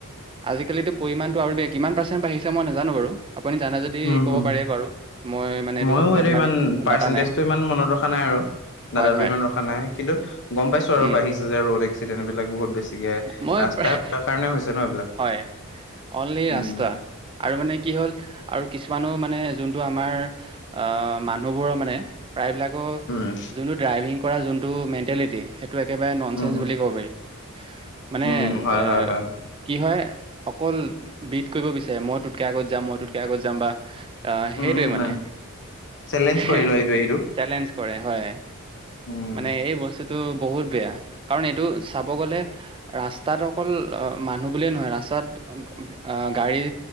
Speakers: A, on the right; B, on the left.
A: আজিকালিতো পৰিমাণটো আৰু বেয়া কিমান পাৰ্চেণ্ট বাঢ়িছে মই নাজানো বাৰু আপুনি জানে যদি
B: উম,
A: ক'ব
B: হম,
A: পাৰে বাৰু মই মানে
B: মইয়ো
A: ওপৰত
B: এইটো ইমান পাৰ্চেন্টিচটো
A: ডাটা নাই
B: ইমান মনত ৰখা নাই আৰু।
A: হয়
B: দাদাৰো
A: হয়
B: ইমান ৰখা নাই কিন্তু গম পাইছোঁ আৰু
A: উম,
B: বাঢ়িছে যে ৰ'দ এক্সি দেণ্ট বিলাক বহুত বেছিকে
A: মই
B: ৰাস্তা
A: প্ৰায়
B: বেয়া <unintelligible> কাৰণে হৈছে ন' এইবিলাক।
A: হয় অনলি
B: উম
A: আস্তা আৰু মানে কি হ'ল আৰু কিছুমানো মানে যোনটো আমাৰ আহ মানুহবোৰৰ মানে প্ৰায়বিলাক
B: উম
A: যোনটো ড্ৰাইভিং কৰা যোনটো মেণ্টেলিটি সেইটো একেবাৰে নন
B: উম
A: চেনচ বুলি ক'ব পাৰি! !!!! মানে
B: উম,
A: <unintelligible>
B: হয়, হয়, হয়,
A: কি হয় অকল বিড কৰিব বিচাৰে মই তোতকে আগত যাম - মই তোতকে আগত যাম বা অ,
B: উম,
A: সেইটোৱে মানে
B: চেলেঞ্জ
A: হে
B: কৰি লোৱা এইটোৱে সিটোক।
A: চেলেঞ্জ কৰে হয়।
B: উম,
A: মানে এই বস্তুটো বহুত বেয়া কাৰণ এইটো চাব গ'লে ৰাস্তাত অকল অ, মানুহ বুলিয়ে নহয় ৰাস্তাত অ, গাড়ী